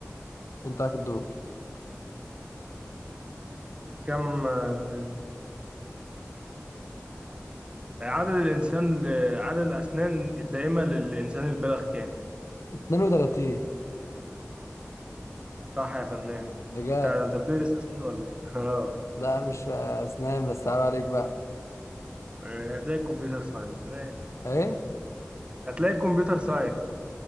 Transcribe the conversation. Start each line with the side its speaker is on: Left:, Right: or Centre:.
Left: أنت عليك الدور
Right: كم آه، عدد الإنسان ل... عدد الأسنان الدائمة للإنسان البالغ كام؟
Left: اتنين وتلاتين
Right: صح يا فنان
Left: بجد
Right: أنت أنت بتدرس أسنان ولا إيه؟ <laughs> أه
Left: لا مش أسنان بس عيب عليك بقى
Right: إيه، هتلاقي كمبيوتر ساينس ماشي
Left: إيه
Right: هتلاقي كمبيوتر ساينس